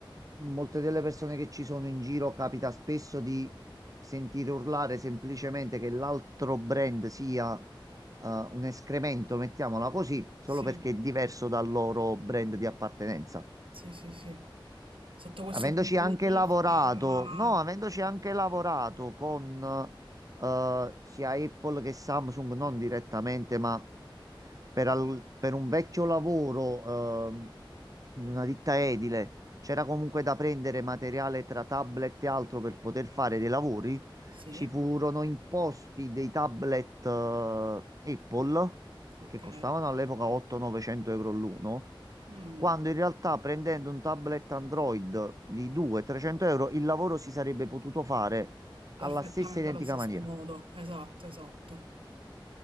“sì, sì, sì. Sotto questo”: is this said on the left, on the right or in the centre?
Right